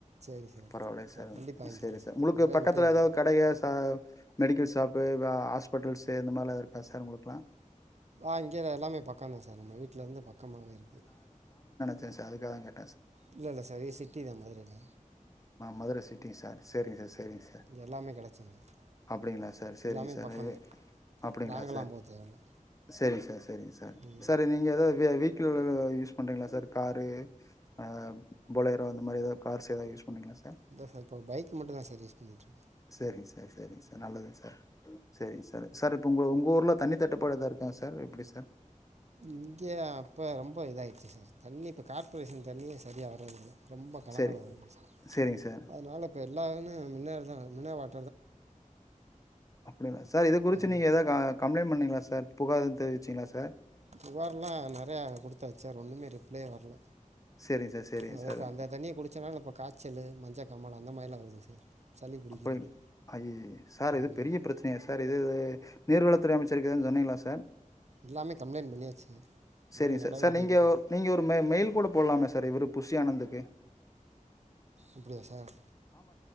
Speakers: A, on the right; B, on the left.
A: சரி சார்
B: பரவாயில்லை
A: க
B: சார்
A: கண்டிப்பாக வாங்கிக்கோங்க
B: செரி சார் உங்களுக்கு
A: நிறையா
B: பக்கத்துல
A: மெட்டீரியல்
B: எதாவது
A: இருக்குது
B: கடைக சா மெடிக்கல் ஷாப்பு ஹாஸ்பிட்டல்ஸு இந்த மாரிலா இருக்கா சார் உங்களுக்குல்லா
A: அஹ் இங்க எல்லாமே பக்கம் தான் சார் நம்ம வீட்லருந்து பக்கமாவே இருக்குது
B: சே சார் அதுக்காகதா கேட்
A: இல்ல இல்ல சார் இது சிட்டி தான் மதுரைல
B: மதுர சிட்டி சார் செரிங்க சார் செரிங்க சார்
A: இங்கே எல்லாமே கிடச்சிரும் சார்
B: அப்டிங்களா சார் செரிங்க
A: எல்லாமே
B: சார்
A: பக்கம்தான்
B: <unintelligible> அப்டிங்களா
A: லாங்கெல்லாம்
B: சார்
A: போக தேவையில்ல
B: செரிங்க சார் <unintelligible> சார்
A: ம்
B: சார் நீங்க எதாவது வெ வெஹிகிள் எதாவது யூஸ் பண்றீங்களா சார் காரு அஹ் பொளைரோ அந்த மாரி எதாது கார்ஸ் எதாது யூஸ் பண்றீங்களா சார்
A: இல்லை இப்போ பைக் மட்டும் தான் சார் யூஸ் பண்ணிகிட்ருக்கோம்
B: சேரிங்க சார் சேரிங்க சார் நல்லதுங் சார் சேரிங்க சார் சார் இப்போ உங்க உங்க ஊர்ல தண்ணி தட்டுப்பாடு எதாது இருக்கா சார் எப்டி சார் <unintelligible>
A: இங்கே அப்ப ரொம்ப இதாயிடுச்சு சார் தண்ணி இப்ப கார்பரேஷன் தண்ணியே சரியா வரதில்ல ரொம்ப கலங்கலா
B: சரி
A: வருது சார்
B: சரிங்க சார்
A: அதுனால இப்ப எல்லா மின்ன மினரல் தா மினரல் வாட்
B: அப்டிங்களா சார் இது குறிச்சு
A: ஆமாம்
B: நீங்க எதா கம்ளைண்ட் பண்ணீங்களா சார் புகார் எதும் தெரிவிச்சீங்களா சார்
A: புகார்லா நெறையா குடுத்தாச்சு ஒன்னுமே ரிப்ளயே வர்ல
B: சரிங்க சார் சரிங்க
A: எனக்கு
B: சார்
A: அந்த தண்ணிய குடிச்சனால இப்ப காச்சலு மஞ்ச காமால அந்த மாரிலா வருது சார் சளி பிடிக்கிறது
B: அப்பயு ஐயயோ சார் இது
A: ஆமாம்
B: பெரிய பிரச்சனையா சார் இது நீர்வளத்துறை அமைச்சருக்கு எதும் சொன்னிங்களா சார்
A: எல்லாமே கம்ப்ளைன்ட் பண்ணியாச்சு
B: செரிங்க
A: ஒன்றும்
B: சார்
A: நடவடிக்கை
B: சார் நீங்க
A: எடுக்கலை
B: நீங்க ஒரு ம மெயில் கூட போடலாமே சார் இவரு புஷ்ஷியானந்துக்கு
A: அப்டியா சார்